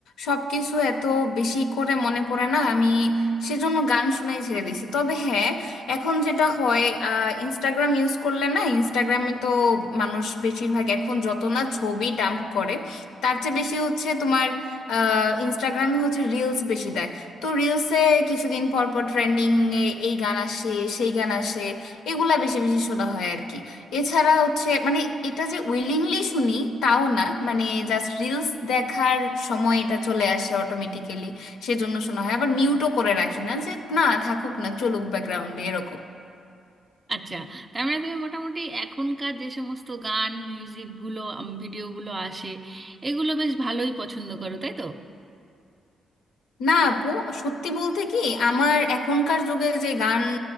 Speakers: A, on the left; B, on the right.
A: সবকিছু এত বেশি করে মনে পড়ে না আমি সেজন্য গান শুনাই ছেড়ে দিছি তবে হ্যাঁ এখন যেটা হয় ইনস্টাগ্রাম ইউজ করলে না ইনস্টাগ্রামে তো মানুষ বেশিরভাগ এখন যত না ছবি ডাম্প করে তার চেয়ে বেশি হচ্ছে তোমার ইনস্টাগ্রামে হচ্ছে রিলস বেশি দেয় তো রিলসে কিছুদিন পর পর ট্রেন্ডিং এ এই গান আসে সেই গান আসে এগুলা বেশি বেশি শোনা হয় আর কি এছাড়া হচ্ছে মানে এটা যে উইলিংলি শুনি তাও না মানে জাস্ট রিলস দেখার সময় এটা চলে আসে অটোমেটিক্যালি সেজন্য শোনা হয় আবার মিউটও করে রাখি না যে না থাকুক না চলুক ব্যাকগ্রাউন্ডে এরকম
B: আচ্ছা তার মানে তুমি মোটামুটি এখনকার যে সমস্ত গান মিউজিকগুলো ভিডিওগুলো আসে এগুলো বেশ ভালোই পছন্দ করো তাই তো
A: না আপু সত্যি বলতে কি আমার এখনকার যুগে যে গান